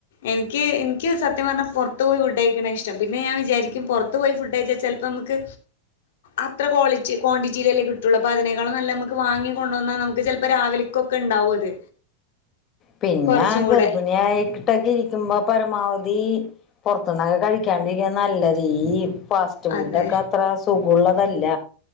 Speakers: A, on the left; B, on the left.
A: എനിക്ക് എനിക്ക് സത്യം പറഞ്ഞാൽ പുറത്ത് പോയി ഫുഡ് കഴിക്കണെയാ ഇഷ്ടം പിന്നെ ഞാൻ വിചാരിക്കും പുറത്ത് പോയി ഫുഡ് കഴിച്ചാൽ ചിലപ്പോ നമ്മക്ക് അത്ര ക്വാളിറ്റി ക്വാണ്ടിറ്റിയിലല്ലേ കിട്ടുള്ളൂ അപ്പം അതിനേക്കാള് നല്ലത് നമുക്ക് വാങ്ങി കൊണ്ട് വന്നാൽ നമുക്ക് ചിലപ്പോ രാവിലെ ക്കൊക്കെ ഉണ്ടാവും അത്
B: പിന്നെ
A: കൊറച്ചും
B: ഗർഭിണിയായിട്ടൊക്കെ
A: കൂടെ
B: ഇരിക്കുമ്പോ പരമാവദി പൊറ ത്തൂന്നൊക്കെ കഴിക്കാണ്ടിരിക്കണതാ നല്ലത് ഈ ഫാസ്റ്റ് ഫുഡ്
A: അതെ.
B: ഒക്കെ അത്ര സുഖമുള്ളതല്ല